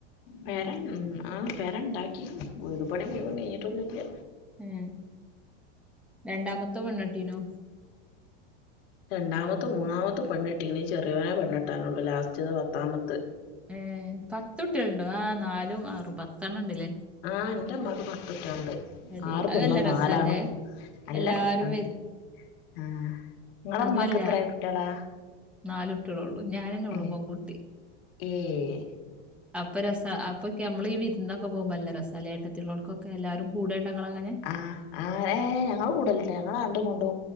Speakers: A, on the left; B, in the centre.
A: വേറെ ഉം ആഹ് വേറെ ഇണ്ടാക്കി വീടുപണി മുഴുവൻ കഴിഞ്ഞിട്ടൊന്നുല്ല
B: ഉം രണ്ടാമത്തോ പെണ്ണെട്ടീനോ?
A: രണ്ടാമത്തും മൂന്നാമത്തും പെണ്ണ് കെട്ടീക്ക്ണ്. ഇനി ചെറിയോന പെണ്ണട്ടാനുള്ളൂ ലാസ്റ്റ്ത് പത്താമത്ത്
B: ഏഹ് പത്തുട്ട്യാളുണ്ടോ ആ നാലും ആറും പത്തെണ്ണണ്ട് ലേ
A: ആഹ് എന്റെമ്മക്ക് പത്തുട്ട്യാലുണ്ട്
B: എടി
A: ആറ്
B: അത്
A: പെണ്ണും
B: നല്ല രസല്ലേ
A: നാലാണും നല്ല
B: എല്ലാരും
A: രസാണ്
B: വരും
A: ആഹ് ഇങ്ങളുമ്മാക്ക്
B: അതുമല്ല
A: എത്രയ കുട്ട്യാളാ
B: നാല് കുട്ടികളോള്ളൂ ഞാനന്നെ ഉള്ളു
A: അയേ
B: പെൺകുട്ടി
A: ഏയ്
B: അപ്പ രസ അപ്പൊ നമ്മള് ഈ വിരുന്നൊക്കെ പോകുമ്പോ നല്ല രസാലേ ഏട്ടത്തിലുള്ളവർക്കൊക്കെ എല്ലാരും കൂടെേണ്ട ഇങ്കൾ അങ്ങനെ <inaudible>
A: ആഹ് ആഹ് ഏഹ് ഞങ്ങള് കൂടലിണ്ട് ഞങ്ങളങ്ങട്ട് ഇങ്ങട്ട്